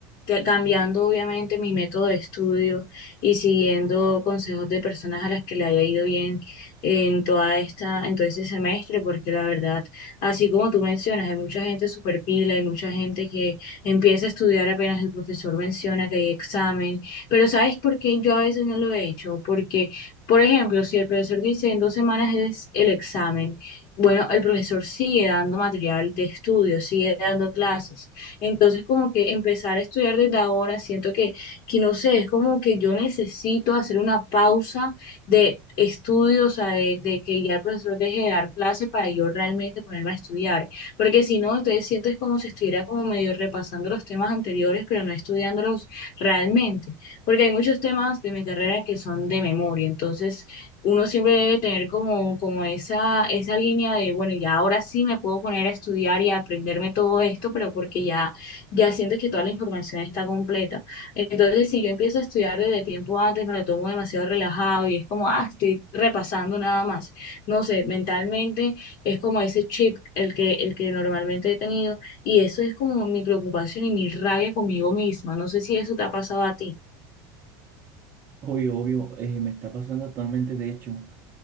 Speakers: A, on the left (about 45°); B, on the right (about 25°).
A: ca- cambiando obviamente mi método de estudio y siguiendo consejos de personas a las que le haya ido bien en toda esta, en todo este semestre, porque la verdad, así como tú mencionas, hay mucha gente super pila, hay mucha gente que empieza a estudiar apenas el profesor menciona que hay examen, pero ¿sabes por qué yo a veces no lo he hecho? Porque, por ejemplo, si el profesor dice en dos semanas es el examen, bueno, el profesor sigue dando material de estudio, sigue dando clases. Entonces, como que empezar a estudiar desde ahora, siento que, que no sé, es como que yo necesito hacer una pausa de estudio, o sea, de, de que ya el profesor deje de dar clases para yo realmente ponerme a estudiar. Porque si no, entonces siento es como si estuviera como medio repasando los temas anteriores, pero no estudiándolos realmente. Porque hay muchos temas de mi carrera que son de memoria, entonces uno siempre debe tener como, como esa, esa línea de, bueno, ya ahora sí me puedo poner a estudiar y a aprenderme todo esto, pero porque ya, ya siento que toda la información está completa. Entonces, si yo empiezo a estudiar desde tiempo antes, me lo tomo demasiado relajado y es como, ah, estoy repasando nada más. No sé, mentalmente es como ese chip el que, el que normalmente he tenido y eso es como mi preocupación y mi rabia conmigo misma. No sé si eso te ha pasado a ti.
B: Obvio, obvio, eh, me está pasando actualmente, de hecho.